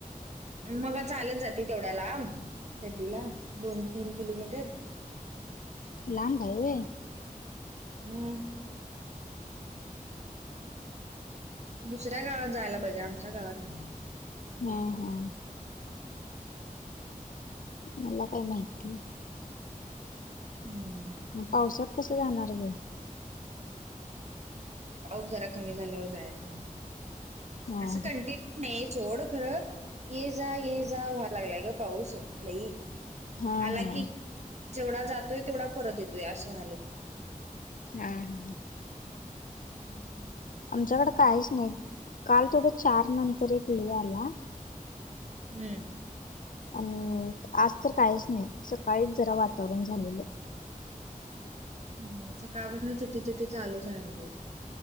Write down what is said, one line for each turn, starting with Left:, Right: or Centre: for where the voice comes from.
Right: मग काय चालत जाते तेवढ्या लाम. गुड्डी ला दोन तीन किलोमीटर
Left: लाब हाय व्हय.
Right: म दुसऱ्या गावात जायला पाहिजे आमच्या गावात नाहय.
Left: हा हा.
Right: हं
Left: मला काय माहिती,
Right: हम्म
Left: मग पावसात कसं जाणार ग.
Right: पाऊस जरा कमी झाल्यावर जायच
Left: हा
Right: असं कंटिन्यू नाही सोड खरं ये जा ये जा व्हाय लागलाय ग पाऊस लई.
Left: हा हा
Right: आला
Left: हा
Right: की जेवढा जातोय तेवढा परत येतोय असं व्हायलय.
Left: हा हम.
Right: हम्
Left: आमच्याकड काहीच नाही काल थोडं चार नंतर एक ले आल्या.
Right: हम्म
Left: आणि आज तर काहीच नाही सकाळीच जरा वातावरण झालेलं.
Right: हम् सकाळपासून चिटी चिटी चालूच हाय आमच हित.